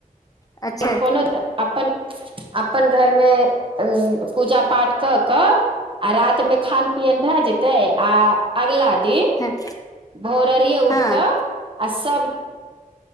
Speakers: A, on the left (about 25°); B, on the right (about 35°).
A: अच्छा
B: कोनो अपन अपन घरमे उ पूजा पाठ कऽ कऽ आ रातिमे खान पियन भए जेतै आ अगला दिन
A: हँ
B: भोररिये
A: हँ
B: उठ कऽ आ सब